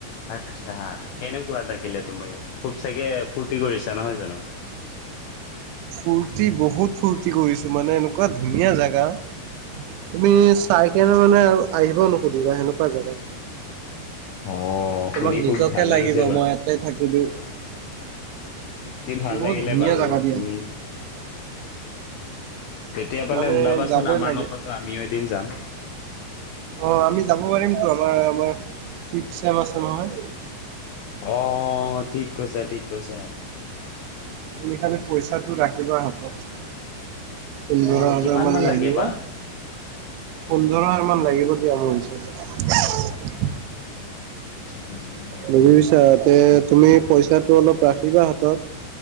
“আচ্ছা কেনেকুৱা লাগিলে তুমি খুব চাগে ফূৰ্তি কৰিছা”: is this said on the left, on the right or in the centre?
Left